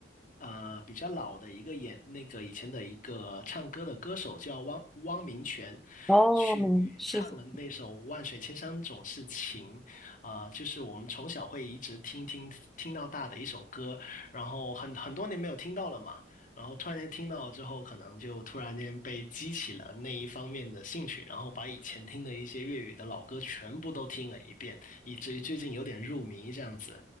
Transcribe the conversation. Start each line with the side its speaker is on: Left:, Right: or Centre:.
Left: 呃比较老的一个演那个以前的一个唱歌的歌手叫汪汪明荃，
Centre: 哦，
Left: 去唱了那首《万水千山总是情》啊、
Centre: 明是的，
Left: 就是我们从小会一直听听听到大的一首歌，然后很很多年没有听到了嘛。然后突然间听到之后，可能就突然间被激起了那一方面的兴趣，然后把以前听的一些粤语的老歌全部都听了一遍，以至于最近有点入迷这样子。